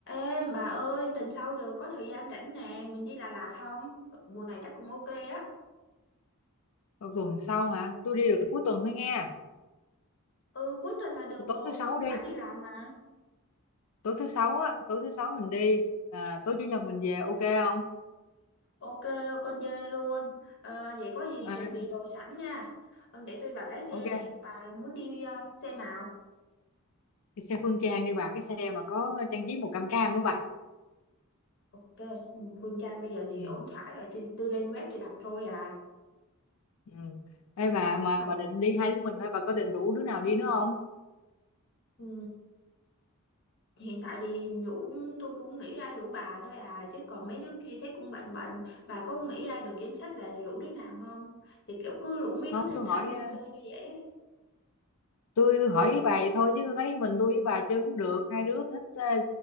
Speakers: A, on the left; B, on the left.
A: Ê bà ơi, tuần sau được có thời gian rảnh nè, mình đi Đà Lạt không? Mùa này chắc cũng ok á.
B: Ờ, tuần sau hả tôi đi được cuối tuần thôi nghe
A: Ừ, cuối tuần là được
B: Tôi
A: rồi,
B: tối thứ sáu
A: tôi cũng
B: đi
A: phải đi làm mà.
B: tối thứ sáu á tối thứ sáu mình đi à, tối chủ nhật mình về ok không
A: Ok, con dê luôn. Ờ, vậy có gì
B: à,
A: chuẩn bị đồ sẵn nha. Ờ, Để tôi bảo lái xe
B: ok
A: nè, bà muốn đi ờ, xe nào?
B: cái xe Phương Trang đi bà cái xe mà có trang trí màu cam cam á bà
A: Ok, ừ, Phương Trang bây giờ thì
B: ừ
A: ổn thỏa rồi, tôi, tôi lên web tôi đặt thôi à.
B: ừ Ê bà mà
A: Nhưng
B: bà định đi hai đứa mình thôi bà có định rủ đứa nào đi nữa không
A: mà hiện tại thì rủ tôi cũng nghĩ ra rủ bà thôi à chứ còn mấy đứa kia thấy cũng bệnh bệnh bà có nghĩ ra được danh sách là rủ đứa nào không thì kiểu cứ rủ mấy đứa
B: không
A: thanh
B: tôi
A: thanh
B: hỏi ờ,
A: thôi chơi cho dễ
B: tôi, tôi hỏi với bà vậy thôi chứ tôi thấy mình tôi với bà chơi cũng được hai đứa thích ờ,